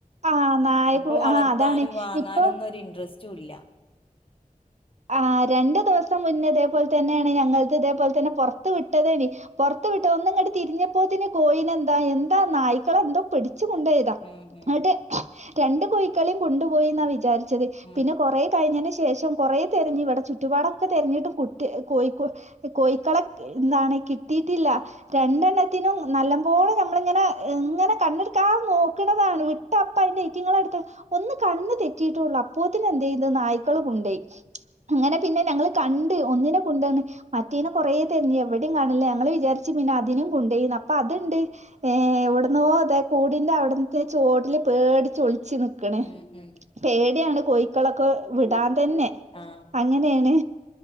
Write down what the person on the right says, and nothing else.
ആഹ് നായകു
ആഹ് അതാണ്
ഇപ്പം
ആ രണ്ടു ദിവസം മുന്നേ ഇതേപോൽ തന്നെയാണ് ഞങ്ങൾത് ഇതേപോൽ തന്നെ പുറത്ത് വിട്ടതേനി പുറത്തു വിട്ട് ഒന്ന്ങ്ങട്ട് തിരിഞ്ഞപ്പോത്തിന് കോയിനെ എന്താ എന്താ നായ്ക്കളെന്തോ പിടിച്ച് കൊണ്ടായി ക്ക
ന്ന്ട്ട് രണ്ട് കോയിക്കളേം കൊണ്ടു പോയിന്നാ വിചാരിച്ചത്
പിന്നെ കൊറേ കഴിഞ്ഞേന് ശേഷം കുറെ തെരഞ്ഞി ഇവിടെ ചുറ്റുപാടൊക്കെ തെരഞ്ഞിട്ടും കുട്ടി കോയി കോഴിക്കളെ എന്താണ് കിട്ടീട്ടില്ല രണ്ടെണ്ണത്തിനും നല്ലംപോലെ ഞമ്മളിങ്ങനെ ഇങ്ങനെ കണ്ണെടുക്കാതെ നോക്കണതാണ് വി ട്ടപ്പ അയ്ന്റെ ഐറ്റങ്ങളെടുത്ത് ഒന്ന് കണ്ണ് തെറ്റിയിട്ടുള്ളൂ അപ്പോത്തിനെന്തൈയ്ത് നായ്ക്കള് കൊണ്ടേയി അങ്ങനെ പിന്നെ ഞങ്ങള് കണ്ട് ഒന്നിനെ കൊണ്ടണ് മറ്റേനെ കൊറേ തെര്ഞ് എവിടെം കാണാനില്ല ഞങ്ങള് വിചാരിച്ചു പിന്നെ അതിനെം കൊണ്ടൊയി അപ്പൊ അത്ണ്ട് ഏ എവിടന്നോ അതെ കൂടിന്റെ അവിടത്തെ ചോട്ടില് പേടിച്ചൊളിച്ച്ണ് ക്കണ്
പേടിയാണ് കോഴിക്കളൊക്കെ വിടാൻ
തന്നെ
അങ്ങനെയാണ്